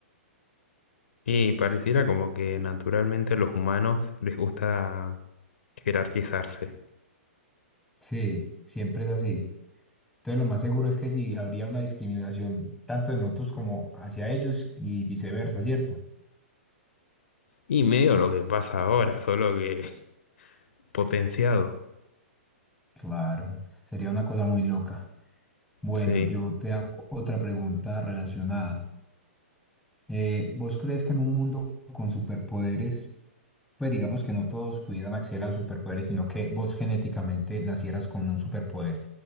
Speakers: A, on the left (about 70°); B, in the centre.
A: Y pareciera como que naturalmente a los humanos les gusta jerarquizarse.
B: Sí, siempre es así. Entonces lo más seguro es que sí habría una discriminación tanto de nosotros como hacia ellos y viceversa, ¿cierto?
A: Y medio lo que pasa ahora, solo que <laughs> potenciado.
B: Claro, sería una cosa muy loca. Bueno,
A: Sí.
B: yo te hago otra pregunta relacionada. Eh, ¿vos crees que en un mundo con superpoderes, pues digamos que no todos pudieran acceder a los superpoderes, sino que vos genéticamente nacieras con un superpoder,